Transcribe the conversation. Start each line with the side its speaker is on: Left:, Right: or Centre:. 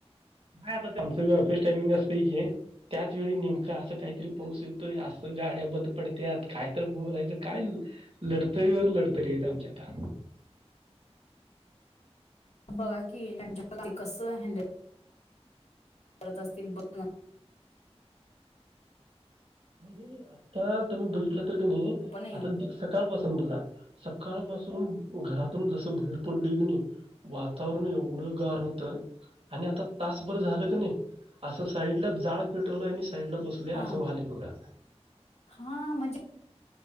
Right: काय आता तुमचबी ऑफिस टायमिंग असतय की. त्याच वेळी नेमकां असं काहीतरी पाऊस येतोय, असं गाड्या बंद पडत्यात कायतर बोलायचं काय लडतरीवर लडतरी आमच्या आता.
Left: बघा की त्यांच्या कस हॅण्ड करत असतील ब
Right: नाही आता तुम्ही बघितलं तर की नाही
Left: पण येऊ
Right: आता स सकाळ पाासून बघा सकाळपासून घरातून जसं भैर पडलोय कणी वातावरण एवढं गार होतं. आणि आता तास बर झालं कणी, असं साईडला जाळ पेटवलाय आणि साईडला बस लय
Left: हा
Right: अस व्हालय बघा.
Left: हा म्हणजे?